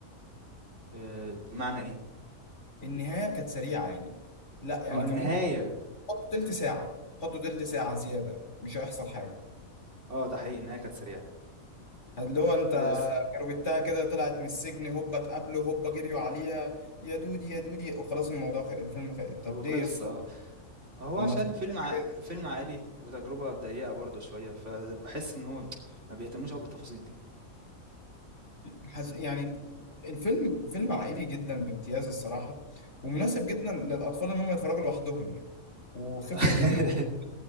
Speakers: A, on the right; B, on the left.
A: آآ بمعنى إيه؟
B: النهايه كانت سريعه يعني لا يعني
A: آه
B: كان
A: النهاية،
B: ممكن حط تلت ساعة حطه تلت ساعة زيادة مش هيحصل حاجة
A: آه ده حقيقي النهاية كانت سريعة،
B: اللي هو انت
A: آآ س
B: كروتها كده طلعت من السجن هوبا اتقابله هوبا جريوا عليها يا دودي يا دودي وخلاص الموضوع خلص الفيلم خلص طب
A: وخلص
B: ليه يا اسطى
A: آه. هو
B: طب
A: عشان
B: ما تحط
A: فيلم
B: لي حاجة
A: ع... فيلم عائلي وتجربة ضيقة برضه شوية فبحس إن هو ما بيهتموش أوي بالتفاصيل دي
B: حس... يعني الفيلم فيلم عائلي جدا بامتياز الصراحة ومناسب جدا للأطفال إن هم يتفرجوا لوحدهم يعني وخفة
A: <laughs>
B: دم